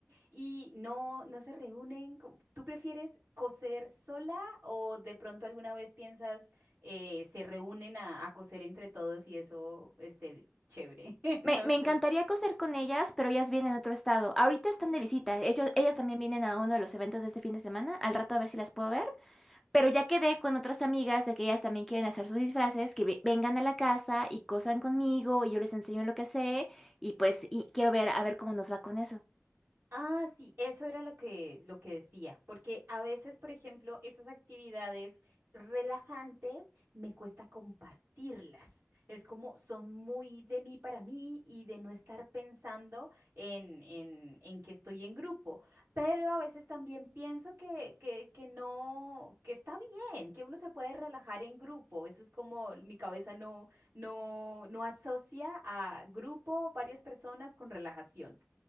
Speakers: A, on the right (about 50°); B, in the centre.
A: y no, no se reúnen. como- ¿Tú prefieres coser sola o de pronto alguna vez piensas eh, se reúnen a, a coser entre todos y eso esté chévere? <laughs>
B: Me,
A: No
B: me encantaría
A: sé.
B: coser con ellas, pero ellas vienen a otro estado. Ahorita están
A: Mm.
B: de visita. Ellos, ellas también vienen a uno de los eventos de este fin de semana. Al rato a ver si las puedo ver. Pero ya quedé con otras amigas de que ellas también quieren hacer sus disfraces, que ve- vengan a la casa y cosan conmigo y yo les enseño lo que sé. Y pues y quiero ver a ver cómo nos va con eso.
A: Ah, sí, eso era lo que, lo que decía, porque a veces, por ejemplo, esas actividades relajantes me cuesta compartirlas. Es como son muy de mí para mí y de no estar pensando en, en, en que estoy en grupo. Pero a veces también pienso que, que, que no, que está bien, que uno se puede relajar en grupo. Eso es como mi cabeza no, no, no asocia a grupo, varias personas con relajación.